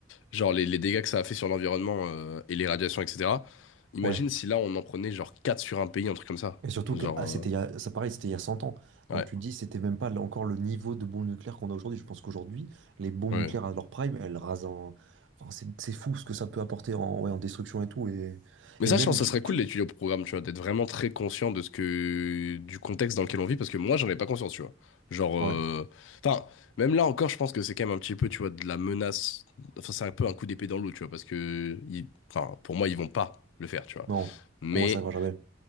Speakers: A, on the left (about 85°); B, on the right (about 80°).
A: genre, les, les dégâts que ça a fait sur l'environnement euh, et les radiations, etc. Imagine
B: ouais,
A: si là, on en prenait, genre, 4 sur un pays, un truc comme ça.
B: Et surtout
A: Genre,
B: que ah, c'était
A: euh,
B: il y a, ça pareil, c'était il y a 100 ans.
A: ouais,
B: Donc tu te dis, c'était même pas là encore le niveau de bombes nucléaires qu'on a aujourd'hui. Je pense qu'aujourd'hui, les bombes
A: ouais.
B: nucléaires à leur prime, elles rasent un- Enfin, c'est c'est fou ce que ça peut apporter en, ouais, en destruction et tout. Et,
A: Mais
B: et
A: ça,
B: même,
A: je pense que
B: tu,
A: ça serait
B: tu...
A: cool d'étudier au programme, tu vois, d'être vraiment très conscient de ce que, du contexte dans lequel on vit, parce que moi, j'en ai pas conscience, tu vois. Genre, euh,
B: Ouais,
A: enfin, même là encore, je pense que c'est quand même un petit peu, tu vois, de la menace. Enfin, c'est un peu un coup d'épée dans l'eau, tu vois, parce que, ils- enfin, pour moi, ils vont pas le faire, tu vois.
B: non,
A: Mais,
B: pour moi, ça arrivera jamais.